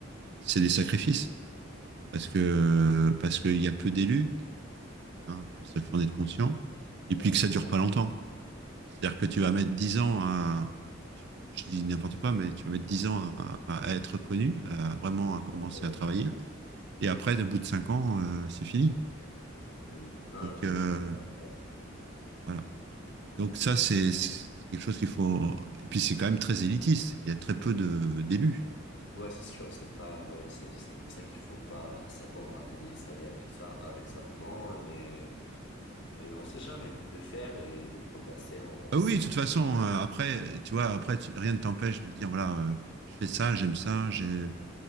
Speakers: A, on the right; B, on the left.
A: c'est des sacrifices, parce que parce qu'il y a peu d'élus, hein, faut- ça faut en être conscient, et
B: Ouais.
A: puis que ça dure pas longtemps. C'est-à-dire que tu vas mettre 10 ans à, tu- je dis n'importe quoi, mais tu vas mettre 10 ans à, à être connu, à vraiment à commencer
B: Et ouais.
A: à travailler, et après, au bout de 5 ans, euh, c'est fini.
B: Hmm. Non,
A: Donc
B: non,
A: euh,
B: je- je comprends pas.
A: voilà. Donc ça,
B: Et-
A: c'est c'est quelque chose qu'il faut. Et puis c'est quand même très élitiste. Il y a très peu de d'élus.
B: ouais, c'est sûr, c'est pas, ouais, c'est, c'est pour ça qu'il faut pas s'attendre à gagner sa vie avec ça, avec ça, pardon, mais euh, on sait jamais de faire et de progresser en.
A: Ah oui, de toute façon, euh, après, tu vois, après, tu- rien ne t'empêche de dire voilà, euh, je fais ça, j'aime ça, j'ai-